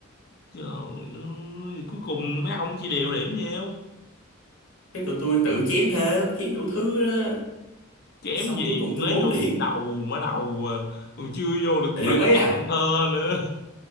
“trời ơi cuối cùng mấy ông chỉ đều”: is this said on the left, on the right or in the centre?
Left